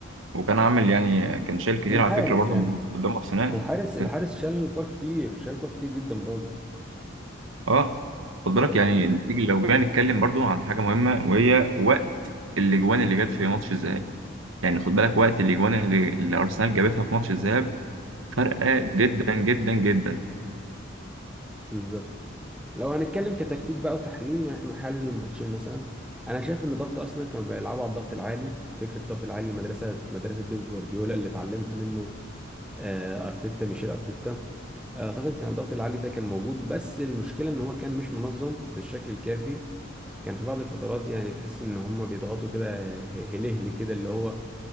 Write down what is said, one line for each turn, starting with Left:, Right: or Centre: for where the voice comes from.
Right: وكان عامل يعني كان شايل كتير
Centre: الحارس
Right: على فكره برضه
Centre: يعني
Right: من قدام ارسنال
Centre: الحارس الحارس
Right: كان
Centre: شال كور كتير شال كور كتير جدا برضه
Right: اه خد بالك
Centre: آه،
Right: يعني نيجي لو جينا نتكلم برضه عن حاجه مهمه وهي وقت الاجوان اللي جت في ماتش الذهاب يعني خد بالك وقت الاجوان اللي, اللي ارسنال جابتها في ماتش الذهاب فرقه جدا جدا جدا
Centre: بالظبط لو هنتكلم كتكتيك بقى وتحليل وان احنا نحلل الماتشين مثلا انا شايف ان ضغط ارسنال كانوا بيلعبوا على الضغط العالي فكره الضغط العالي المدرسه مدرسه بيب جوارديولا اللي اتعلمها منه آه، ارتيتا ميشيل ارتيتا آه، اعتقد كان الضغط العالي ده كان موجود بس المشكله ان هو كان مش منظم بالشكل الكافي كان في بعض الفترات يعني تحس ان هم بيضغطوا كده هلهلي كده اللي هو